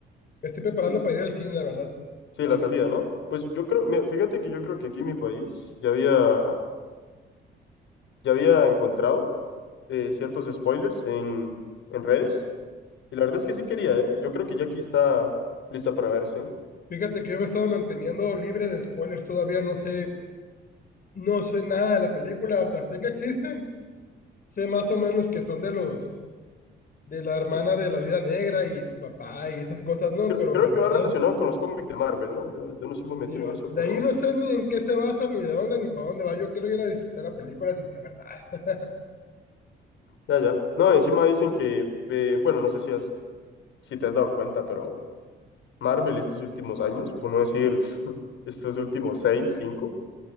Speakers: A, on the left (about 50°); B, on the left (about 75°).
A: me Estoy preparando
B: Sí,
A: para ir al cine, la verdad.
B: sí,
A: A
B: la
A: ver,
B: salida, ¿no? Pues yo creo, mira, fíjate que yo creo que aquí en mi país ya había, ya había encontrado eh, ciertos spoilers en, en redes. Y la verdad es que sí quería, ¿eh? Yo creo que ya aquí está lista para verse.
A: fíjate que yo me he estado manteniendo libre de spoilers todavía, no sé, no sé nada de la película, o sea, sé que existen, sé más o menos que son de los de la hermana
B: Sí,
A: de la vida negra y su papá y esas cosas, no,
B: creo,
A: pero
B: creo
A: la verdad,
B: que va relacionado con los cómics de Marvel, ¿no? Yo, yo no soy muy metido
A: digo,
B: en eso,
A: de
B: pero
A: ahí no sé ni en qué se basa, ni de dónde, ni para dónde va. Yo quiero ir a disfrutar la película sin saber nada.
B: ya, ya. No, encima dicen que, eh, bueno, no sé si, has, si te has dado cuenta, pero... Marvel estos últimos años, por no decir <laughs> estos últimos seis, cinco,